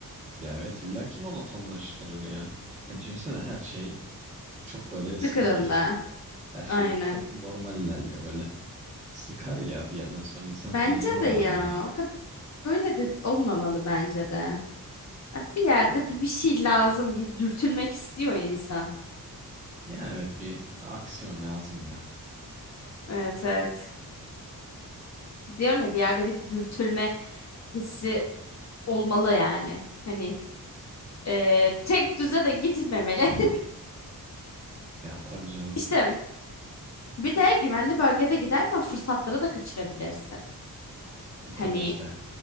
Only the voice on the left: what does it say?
Tıkırında.
Aynen.
Bence
de ya.
O kadar öyle de olmamalı bence de. Ya Bir yerde bir, bir şey lazım. Bir dürtülmek istiyor insan.
Evet evet. Diyorum ya bir yerde bir dürtülme hissi olmalı yani. Hani e, tek düze de gitmemeli. <laughs>
İşte bir de güvenli bölgede giderken fırsatları da kaçırabilirsin.
Hani